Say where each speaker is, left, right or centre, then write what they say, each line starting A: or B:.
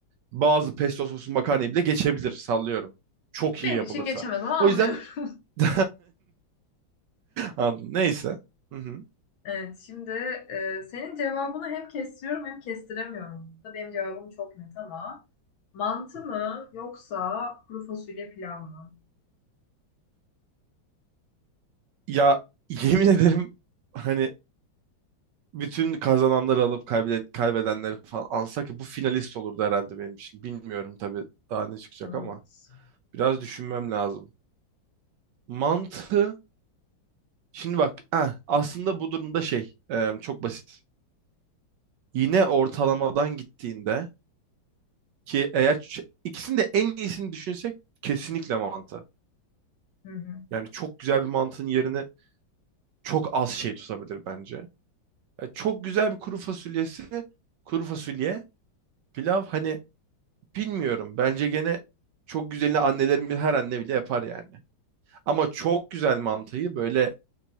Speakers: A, on the right (about 70°); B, on the left (about 75°).
A: bazı pesto soslu makarnayı bile geçebilir sallıyorum. Çok
B: Benim
A: iyi yapılırsa.
B: için geçemez ama anlıyorum.
A: O yüzden <laughs> Anladım. Neyse. Hı hı.
B: Evet, şimdi e, senin cevabını hem kestiriyorum hem kestiremiyorum. Burada benim cevabım çok net ama mantı mı yoksa kuru fasulye pilav mı?
A: Ya yemin ederim hani bütün kazananları alıp kaybe- kaybedenleri falan alsak ya bu finalist olurdu herhalde benim için. Bilmiyorum tabii daha ne çıkacak
B: Evet.
A: ama biraz düşünmem lazım. Mantı şimdi bak eh, aslında bu durumda şey e, çok basit. Yine ortalamadan gittiğinde ki eğer ç- ikisini de en iyisini düşünsek kesinlikle mantı.
B: Hı hı.
A: Yani çok güzel bir mantının yerine çok az şey tutabilir bence. E, çok güzel bir kuru fasulyesi, kuru fasulye, pilav hani Bilmiyorum. Bence gene çok güzelini annelerimiz her anne bile yapar yani. Ama çok güzel mantıyı böyle